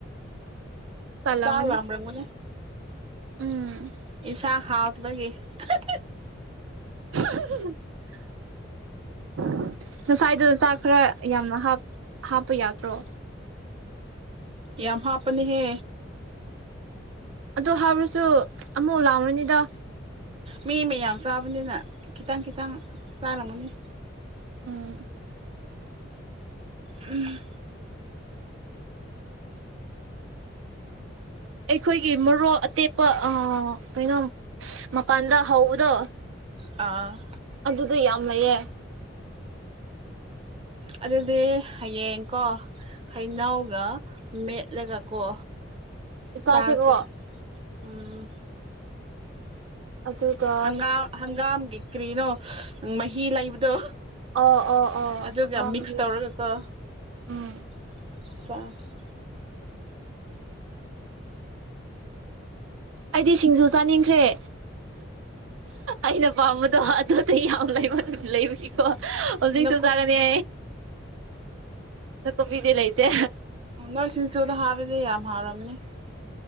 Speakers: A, on the right (about 80°); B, on the right (about 30°).
A: ꯇꯜꯂꯝꯒꯅꯤ
B: <unintelligible>
A: ꯎꯝ
B: ꯏꯟꯁꯥꯡ ꯍꯥꯥꯎꯇꯕꯒꯤ <unintelligible>
A: <unintelligible> <inaudible> ꯉꯁꯥꯏꯗꯨ ꯆꯥꯛ ꯈꯔ ꯌꯥꯝꯅ ꯍꯥꯞ ꯍꯥꯞꯄ ꯌꯥꯗ꯭ꯔꯣ
B: ꯌꯥꯝ ꯍꯥꯞꯄꯅꯦꯍꯦ
A: ꯑꯗꯨ ꯍꯥꯞꯔꯁꯨ ꯑꯃꯨꯛ ꯂꯥꯝꯔꯅꯤꯗ
B: ꯃꯤ ꯃꯌꯥꯝ ꯆꯥꯕꯅꯤꯅ ꯈꯤꯇꯪ ꯈꯤꯇꯪ ꯆꯥꯔꯝꯒꯅꯤ
A: ꯎꯝ
B: ꯎꯝ
A: ꯑꯩꯈꯣꯏꯒꯤ ꯃꯔꯣꯛ ꯑꯇꯦꯛꯄ ꯑ ꯀꯔꯤꯅꯣ <unintelligible> ꯃꯄꯥꯟꯗ ꯍꯧꯕꯗꯣ
B: ꯑ
A: ꯑꯗꯨꯗ ꯌꯥꯝ ꯂꯩꯌꯦ
B: ꯑꯗꯨꯗꯤ ꯍꯌꯦꯡꯀꯣ ꯍꯩꯅꯧꯒ ꯃꯦꯠꯂꯒꯀꯣ
A: ꯏꯆꯥꯁꯦꯀꯣ
B: ꯆꯥꯁꯦ ꯎꯝ
A: ꯑꯗꯨꯒ
B: ꯍꯪꯒꯥꯝ ꯍꯪꯒꯥꯝꯒꯤ ꯀꯔꯤꯅꯣ ꯃꯍꯤ ꯂꯩꯕꯗꯣ
A: ꯑꯣ ꯑꯣ ꯑꯣ
B: ꯑꯗꯨꯒ
A: ꯍꯪꯒꯥꯝꯒꯤ
B: ꯃꯤꯛꯁ ꯇꯧꯔꯒꯀꯣ
A: ꯎꯝ
B: <unintelligible>
A: ꯑꯩꯗꯤ ꯁꯤꯡꯖꯨ ꯆꯥꯅꯤꯡꯈꯔꯦ ꯑꯩꯅ ꯄꯥꯝꯕꯗꯣ ꯍ ꯑꯗꯨꯗꯤ ꯌꯥꯝ ꯂꯩꯕ ꯂꯩꯕꯒꯤꯀꯣ ꯍꯧꯖꯤꯛꯁꯨ
B: ꯅꯀꯨꯞ
A: ꯆꯥꯒꯅꯤ ꯑꯗꯣ ꯀꯣꯕꯤꯗꯤ ꯂꯩꯇꯦ
B: ꯎꯝ ꯅꯣꯏ ꯁꯤꯡꯆꯨꯗ ꯍꯥꯞꯔꯗꯤ ꯌꯥꯝ ꯍꯥꯎꯔꯝꯅꯤ